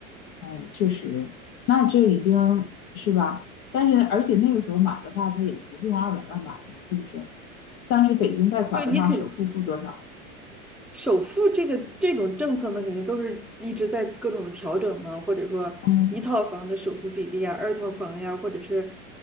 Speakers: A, on the left; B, in the centre.
A: 哎呀，确实，那这已经是吧？但是而且那个时候买的话，它也不是用二百万买的，是不是？当时北京贷款的话，
B: 对你肯
A: 首付付多少？
B: 首付这个这种政策嘛，肯定都是一直在各种的调整嘛，或者说一套房的首付比例啊，
A: 嗯。
B: 二套房呀，或者是